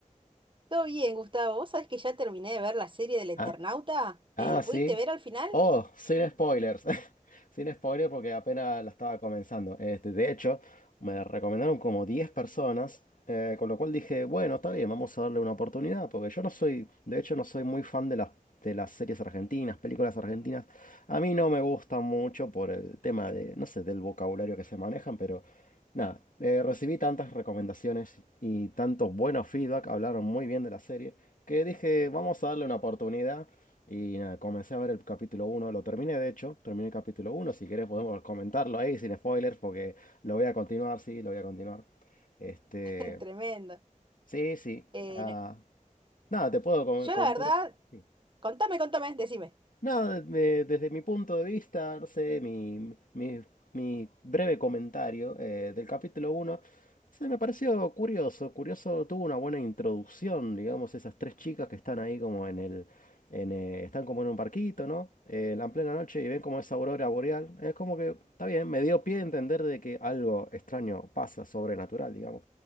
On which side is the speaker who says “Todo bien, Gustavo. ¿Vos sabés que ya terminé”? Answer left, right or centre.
Right